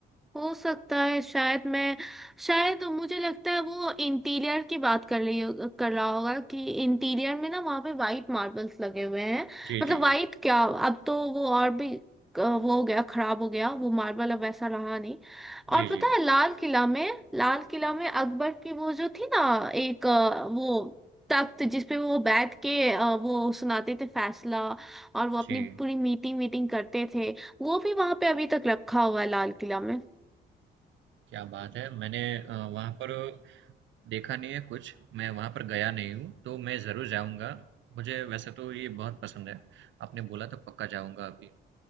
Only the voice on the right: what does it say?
जी,
जी।
जी,
जी।
जी।
क्या बात है! मैंने अ, वहाँ पर देखा नहीं है कुछ, मैं वहाँ पर गया नहीं हूँ, तो मैं ज़रूर जाऊँगा। मुझे वैसे तो ये बहुत पसंद है, आपने बोला तो पक्का जाऊँगा अभी।